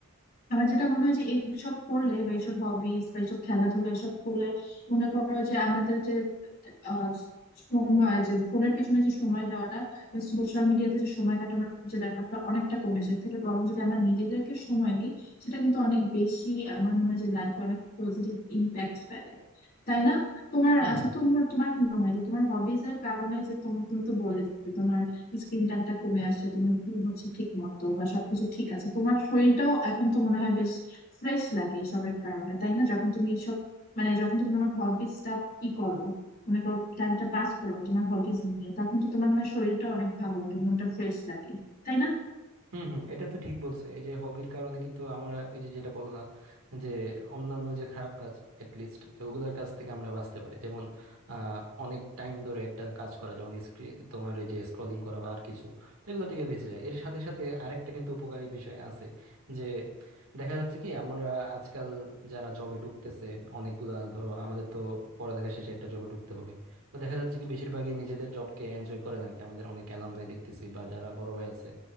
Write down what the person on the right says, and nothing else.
okay?
হুম হুম এটা তো ঠিক বলছে এই যে হবির কারণে কিন্তু আমরা এই যে যেটা বললা যে অন্যান্য যে খারাপ কাজ এটলিস্ট ওগুলার কাছ থেকে আমরা বাঁচতে পারি যেমন আহ অনেক টাইম ধরে একটা কাজ করা যেমন স্ক্রিন তোমার এই যে স্ক্রলিং করা বা আর কিছু তো এগুলো থেকে বেঁচে যায় এর সাথে সাথে আরেকটা কিন্তু উপকারী বিষয় আছে যে দেখা যাচ্ছে কি আমরা আজকাল যারা জবে ঢুকতেছে অনেকগুলা ধরো আমাদের তো পড়ালেখা শেষে একটা জবে ঢুকতে হবে তো দেখা যাচ্ছে কি বেশিরভাগই নিজেদের জবকে এনজয় করে না আর কি আমাদের অনেক অ্যালামনাই দেখতেছি বা যারা বড় ভাই আছে